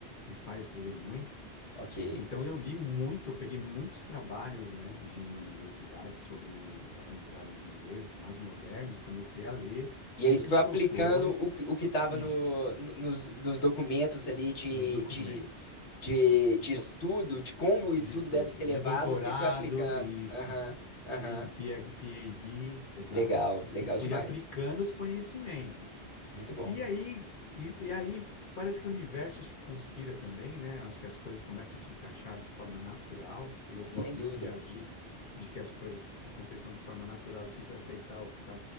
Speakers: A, on the left; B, on the left.
A: me faz ler muito.
B: Ok.
A: Então eu li muito, eu peguei muitos trabalhos, né, de universidades sobre aprendizado de inglês, os mais modernos, e comecei a ler
B: E
A: o que
B: aí você
A: que
B: foi
A: os
B: aplicando
A: doutores
B: o, que- o que tava
A: isso,
B: no, no- nos, nos documentos ali de,
A: dos documentos
B: de, de, de estudo, de como o estudo
A: de estudo,
B: deve ser levado,
A: de doutorado,
B: você foi aplicando.
A: isso.
B: Aham, aham.
A: E de PH PhD, exato.
B: Legal, legal
A: E fui
B: demais.
A: aplicando os conhecimentos.
B: Muito bom,
A: E
B: velho.
A: aí, e, e aí parece que o universo acho que conspira também, né? Acho que as coisas começam a se encaixar de forma natural. Eu gosto
B: Sem dúvida.
A: muito de agir, de que as coisas aconteçam de forma natural e sempre aceitar o que está